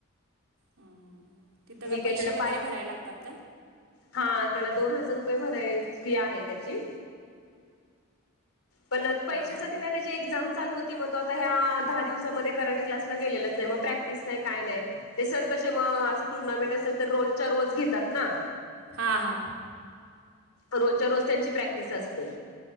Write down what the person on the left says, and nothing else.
मी
काय
त्याला
पाठ
हा त्याला दोन हजार रुपये भरायची आहे त्याची पण पैशासाठी
नाही त्याची एक्झाम चालू होत <unintelligible> तो आता ह्या दहा दिवसामध्ये कराटे क्लासला गेलेलाच नाही मग प्रॅक्टिस नाही काय नाही ते सर कसे मग असे टूर्नामेंट असेल तर रोजच्या रोज घेतात ना
रोजच्या रोज त्यांची प्रॅक्टिस असते